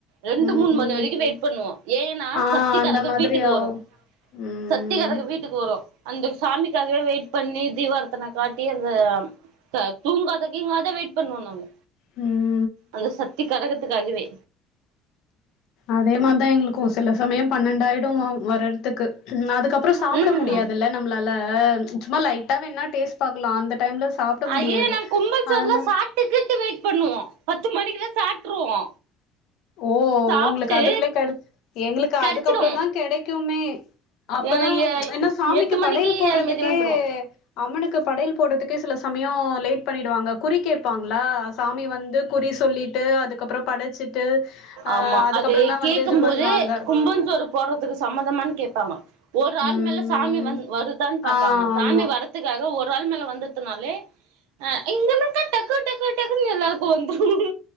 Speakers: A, on the right; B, on the left.
A: ரெண்டு
B: ம்.
A: மூணு மணி வரைக்கு வெயிட் பண்ணுவோ ஏனா
B: ஆ
A: சக்திக்கரக
B: அந்த மாதிரி
A: வீட்டுக்கு
B: ஆவும்.
A: வரு
B: ம்.
A: சத்தி கரக வீட்டுக்கு வரு அந்த சாமிக்காகவே வெயிட் பண்ணி தீவார்த்தன காட்டி அந்த த தூங்காத கீங்காத வெயிட் பண்ணுவோ நாங்க
B: ம்
A: அந்த சக்திகரகத்துக்காகவே
B: அதே மார்தா எங்ளுக்கு சில சமயம் பன்னெண்டாயிடு வ வறதுக்கு அதுக்கப்றோ சாப்ட
A: ம்
B: முடியாதில்ல நம் ளால சும்மா லைட்டா வேனா டேஸ்ட் பாக்லா அந்த டைம்ல சாப்புட
A: ஐய
B: முடியாது
A: நாங்க கும்பல் சோறுலா
B: அதனால
A: <unintelligible> வெயிட் பண்ணுவோ பத்து மணிக்லா சாப்ட்ருவோ
B: ஓ
A: சாப்ட்டு
B: ஒங்ளுக்கு அதுக்குள்ள கெட எங்களுக்கு
A: கடிச்சிடு
B: அதுக்கப்றோ தா கெடைக்குமே அப்பதா
A: ஏன எ
B: ஏனா சாமிக்கு
A: எட்டு மணிக்கு
B: படையல் போட்றதுக்கே
A: அது மாரி வந்துரு
B: அம்மனுக்கு படையல் போடுறதுக்கே சில சமயோம் லேட் பண்ணிடுவாங்க குறி கேபாங்களா சாமி வந்து குறி சொல்லிட்டு அதுக் கப்புறோ படச்சிட்டு ஆ
A: ஆமா
B: அதுக்கப்புறம்
A: அது
B: தா
A: கேக்கும்
B: வந்து இது
A: போது
B: பண்ணுவாங்க
A: கும்பஞ்சோறு போடுறதுக்கு சம்மதமான் கேப்பாங்க ஒரு ஆள்
B: ம்
A: மேல சாமி வ வருதான் பாப்பாங்க
B: ஆ
A: சாமி
B: ஆமா
A: வரத் த்துக்காக ஒரு ஆள் மேல வந்தத்துனாலே அ இங்கன்ன டக்கு டக்கு டக்குன் எல்லாருக்கு வந்துரு